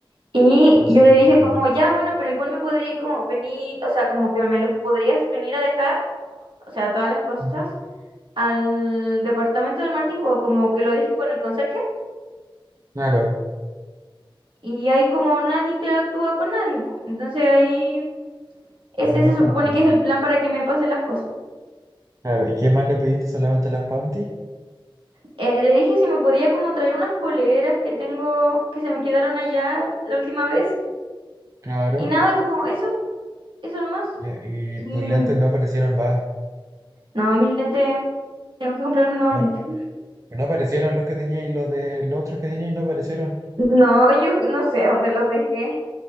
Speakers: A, on the right; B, on the right.
A: Y
B: No,
A: yo
B: sí,
A: le
B: yo entiendo.
A: dije como, ya, bueno, pero igual me podría como venir, o sea, como que me los podrías venir a dejar, o sea, todas las cosas,
B: Ujú.
A: al departamento del Martín, po, como que lo dije con el conserje,
B: Claro,
A: y ahí como nadie interactúa con nadie, po. Entonces ahí ese
B: lo mejor,
A: se supone
B: pues.
A: que es el plan para que me pasen las cosas.
B: Claro, ¿y qué más le pediste? ¿Solamente las panties?
A: Eh, le dije si me podía como traer unas poleras que tengo, que se me quedaron allá la última vez.
B: Claro.
A: Y nada, como eso, eso nomás.
B: Ya, y
A: Y
B: tus lentes no aparecieron más.
A: no, mis lentes, tengo que comprarme nuevos
B: No,
A: lentes.
B: no aparecieron los que tenía y los de los otros que tenía y no aparecieron.
A: No, yo no sé dónde los dejé,